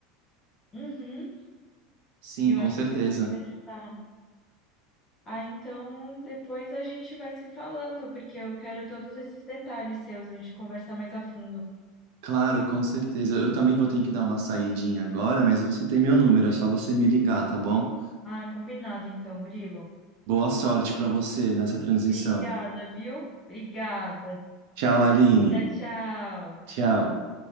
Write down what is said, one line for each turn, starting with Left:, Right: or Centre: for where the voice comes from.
Left: Uhum,
Right: Sim,
Left: eu
Right: com
Left: acho
Right: certeza.
Left: que você pode me ajudar. Ah, então depois a gente vai se falando, porque eu quero todos esses detalhes seus, a gente conversa mais a fundo.
Right: Claro, com certeza. Eu também vou ter que dar uma saidinha agora, mas você tem meu número, é só você me ligar, tá bom?
Left: Ah, combinado então, Murilo.
Right: Boa sorte pra você nessa transição.
Left: Obrigada, viu? Obrigada.
Right: Tchau, Aline.
Left: Tchau, tchau.
Right: Tchau.
Left: Tchau.